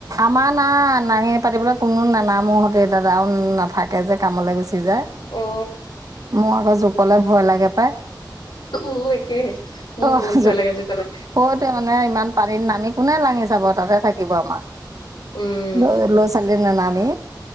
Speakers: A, on the right; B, on the left.
A: আমাৰ না, নাঙি পাতিবলৈ কোনো নানামো হঁতে দাদায়ো নাথাকে যে, কামলৈ গৈছে যে,
B: অ
A: ম জুকলে ভয় লাগে পায়
B: মু একেই। মোৰ
A: অ
B: বহুত ভয়
A: জোক
B: লাগে জোকলে
A: কটো মানে ইমান। পানীত নামি কোনে লাঙি চাব তাতে থাকিব আমাৰ।
B: উম
A: ল ল চ <inaudible> ন <inaudible> নামি